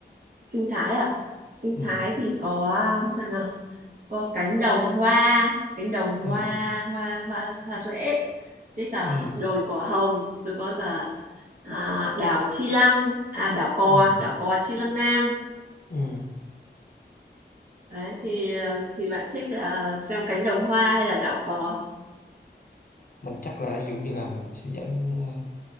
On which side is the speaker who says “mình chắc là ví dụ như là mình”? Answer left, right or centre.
Left